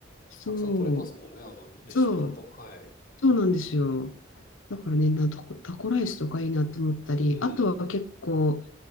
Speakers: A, on the left; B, on the left.
A: そう、
B: たくさん取れますもんね。あのレシピだと。
A: そう、
B: はい。
A: そうなんですよ。だからね、なタコ、タコライスとかいいなと思ったり、
B: うん。
A: あとは結構、